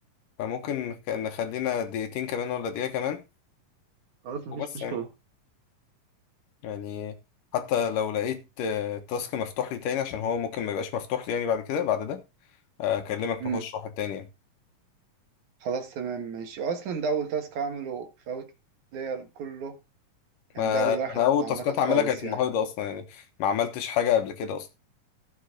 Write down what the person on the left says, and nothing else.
فممكن ك- نخلينا دقيقتين كمان ولا دقيقة كمان
وبس
يعني يعني حتى لو لقيت آه، تاسك مفتوح لي تاني عشان هو ممكن ما يبقاش مفتوح لي يعني بعد كده بعد ده آه، أكلمك
نخش واحد تاني يعني.
ما
انا
اول
تاسكات
هعملها كانت النهارده
اصلا يعني ما عملتش حاجه قبل كده اصلا